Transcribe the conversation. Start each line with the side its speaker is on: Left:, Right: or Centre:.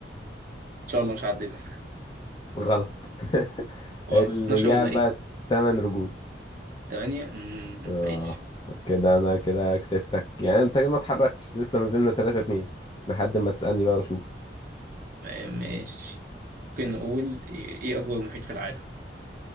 Right: إن شاء الله مش هعدلها
Left: غلط <laughs>
Right: واه
Left: الإجابة
Right: 12 ولا إيه؟
Left: تمن رجول
Right: 8
Left: اه
Right: ماشي
Left: كده أنا كده كسبتك يعني أنت كده ما اتحركتش لسه ما زلنا 3 2 لحد ما تسألني بقى وأشوف
Right: آه، ماشي ممكن نقول إيه إيه أكبر محيط في العالم؟